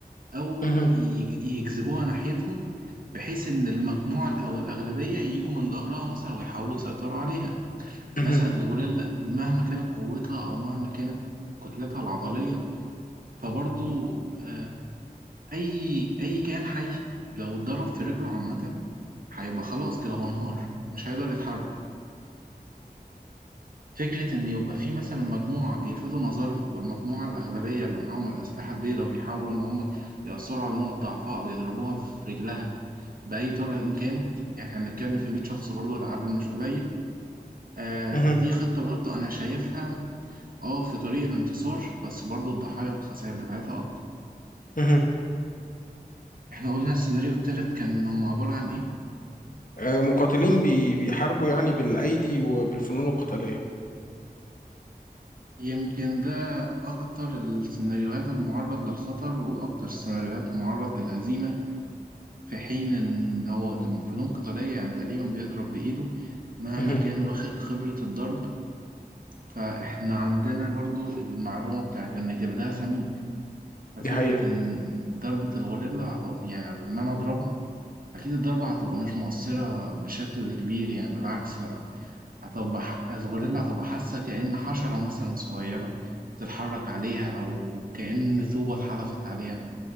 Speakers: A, on the right; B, on the left.
A: او
B: مهم.
A: يج- يجذبوها ناحيتهم بحيث ان المجموعه ال- او الاغلبيه يجوا من ظهرها مثلا ويحاولوا يسيطروا عليها
B: مهم.
A: مثلا الغوريلا مهما كانت قوتها او مهما كانت كتلتها العضليه فبرضو آه، اي اي كائن حي لو اتضرب في رجله عامه هيبقى خلاص كده هو انهار مش هيقدر يتحرك فكرة إن يبقى في مثلا مجموعة بيلفتوا نظرها والمجموعة الأغلبية اللي معاهم الأسلحة البيضاء بيحاولوا إن هم يأثروا على نقط ضعفها أو يضربوها في رجلها بأي طريقة إن كانت يعني إحنا بنتكلم في 100 شخص برضه العدد مش قليل آه
B: مهم.
A: دي خطة برضه أنا شايفها أه في طريق الانتصار بس برضه الضحايا والخسائر بتاعتها أكتر
B: مهم.
A: إحنا قلنا السيناريو التالت كان هم عبارة عن إيه؟
B: آه، مقاتلين بي- بيحاربوا يعني بالايدي وبالفنون القتاليه
A: يمكن ده أكتر السيناريوهات المعرض للخطر وأكتر السيناريوهات معرض للهزيمة في حين ان هو انت فنون قتالية يعني تقريبا بيضرب بايده مهما
B: مهم.
A: كان واخد خبرة الضرب فاحنا عندنا برضو المعلومة بتاعت ان جلدها سميك ففكرة
B: دي حقيقه
A: ان ضربة الغوريلا هت- يعني ان انا اضربها اكيد الضربة هتبقى مش مؤثرة بشكل كبير يعني بالعكس هتبقى ح- الغوريلا هتبقى حاسة كأن حشرة مثلا صغيرة بتتحرك عليها او كأن طوبة اتحدفت عليها